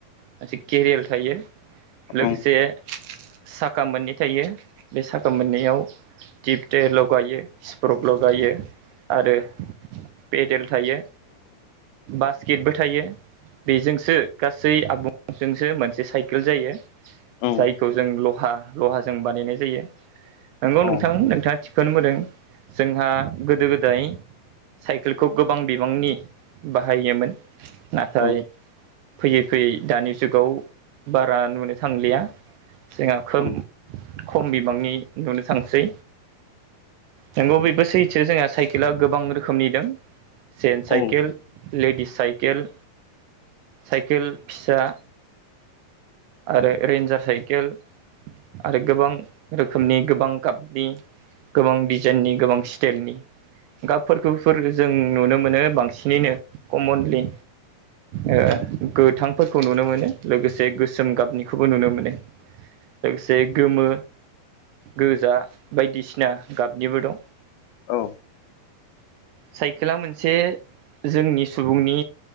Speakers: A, on the right; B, on the left.
A: मोनसे केरियार थायो। लोगोसे
B: औ
A: साखा मोननै थायो। बे साका मोननैयाव टिउब टायार लागायो स्फ्रक लगायो आरो पेडेल थायो, बास्केटबो थायो। बेजोंसो गासै आबुंजोंसो मोनसे साइकेल जायो।
B: औ
A: जायखौ जों लहा लहाजों बानायनाय जायो। नंगौ
B: औ
A: नोंथां नोंथाङा थिग खौनो बुंदों। जोंहा गोदो गोदाय साइकेलखौ गोबां बिबांनि बाहायोमोन। नाथाय
B: औ
A: फैयै फैयै दानि जुगाव बारा नुनो थांलिया। जोंहा खोब
B: औ
A: खम बिबांनि नुनो थांसै। नंगौ बेबो सैथो जोंहा साइकेला गोबां रोखोमनि दं। जेन्स
B: औ
A: साइकेल लेडिस साइकेल, साइकेल फिसा आरो रेन्जार साइकेल आरो गोबां रोखोमनि गोबां गाबनि गोबां डिजाइननि गोबां स्टाइलनि गाबफोरखौफोर जों नुनो मोनो बांसिनैनो कमनलि ओ गोथांफोरखौ नुनो मोनो। लोगोसे गो सोम गाबनिखौबो नुनो मोनो। लोगोसे गोमो गोजा बायदिसिना गाबनिबो दं।
B: औ।
A: साइकेला मोनसे जोंनि सुबुंनि